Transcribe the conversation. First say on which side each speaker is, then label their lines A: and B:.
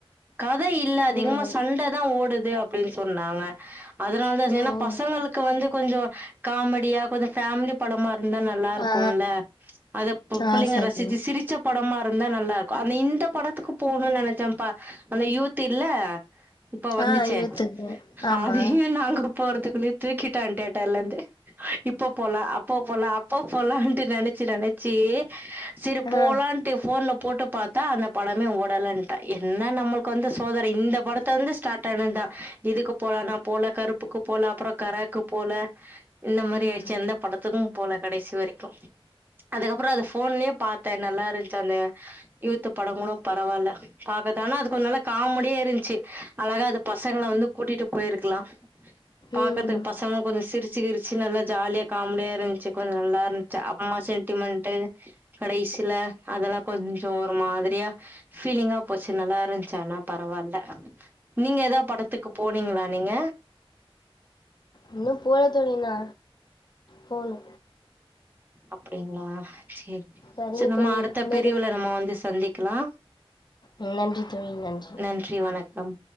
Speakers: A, on the right (about 20°); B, on the left (about 45°).
A: கத இல்ல அதிகமா
B: ம்
A: சண்ட தா ஓடுது அப்டின்னு சொன்னாங்க அதனால தா
B: ஓ
A: ஏன்னா பசங்களுக்கு வந்து கொஞ்சொ காமெடியா கொஞ்சொ ஃபேமிலி படமா இருந்தா நல்லா இருக்கூல்ல
B: ஆ
A: அதை ப்பு
B: ஆ
A: புள்ளிங்க
B: சரிங்க
A: ரசிச்சு சிரிச் பிடிச்ச படமா இருந்தா நல்லா இருக்கூ அந்த இந்த படத்துக்கு போகணும்ன்னு நினைச்சேப்பா அந்த யூத் இல்ல இப்ப வந்துச்சே
B: ஆ யூத்துக்கு ஆமா
A: அதையூ நாங்க போறுத்துக்குல்லே தூக்கிட்டா தியேட்டர்ல இருந்து இப்ப போலா அப்பா போலா அப்பா போலான்ட்டு நெனைச்சு நெனைச் சே சரி
B: ஆ
A: போலான்ட்டு போன்ல போட்டு பார்த்தா அந்த படமே ஓட் நல்லா இருந்தா என்ன நம்மளுக்கு வந்து சோதனை இந்த படத்த வந்து ஸ்டார்ட் ஆனதுதா இதுக்கு போலானா போலாங் கருப்பு ப்புக்கு போல அப்புறோ கராக்கு போல இந்த மாதிரி
B: ம்
A: ஆயிடுச்சு எந்த படத்து த்து தா போனே கடைசி வரைக்கூ அதுக்கப்புறோ அது போன்லயே பார்த்தே நல்லா இருந்துச்சு அந்த யூத்து படங்களூ பரவால்ல அதுதான ‌அது கொஞ்சொ நல்ல காமெடியே இருந்துச்சு அழகா அது பசங்கள வந்து கூட்டிட்டு போயிருக்கலா பாக்கறத்துக்கு
B: ம்
A: பா சொம்மா பொரு சிரிச்சு கிரிச்சு நல்லா ஜாலியா காமெடியா இருந்ச்சு கொஞ்சொ நல்லா இருந்ச்சு அம்மா சென்டிமெண்ட்டூ கடைசியில அதெல்லா கொஞ்சொ ஒரு மாதிரியா ஃபீலிங்கா போச்சு நல்லா இருந்ச்சா ஆனா பரவால்ல நீங்க ஏதாவது படத்துக்கு போனீங்களா நீங்க
B: இன்னூம் போனே தர்லிங்னா போணூ
A: அப்டிங்களா அ செரி
B: சரிங்க
A: சேர் நம்ம
B: தோழி
A: அடுத்த
B: நன்றி
A: பிரிவுல நம்ம வந்து சந்திக்கலா
B: நா வந்து ஃப்ரீலான்ச்ஸ்
A: நன்றி வணக்கம்